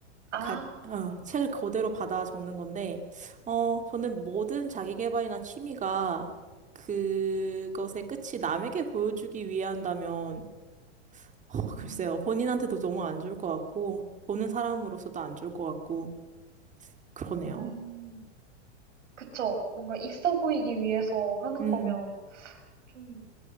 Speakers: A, on the right (about 90°); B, on the right (about 20°).
A: 아,
B: 가, 어, 책을 그대로 받아 적는 건데, 어, 저는 모든 자기계발이나 취미가 그것의 끝이 남에게 보여주기 위한다면, 어,
A: 음,
B: 글쎄요. 본인한테도 너무 안 좋을 것 같고, 보는 사람으로서도 안 좋을 것 같고, 그러네요.
A: 음, 그쵸. 뭔가 있어 보이기 위해서 하는
B: 음.
A: 거면 좀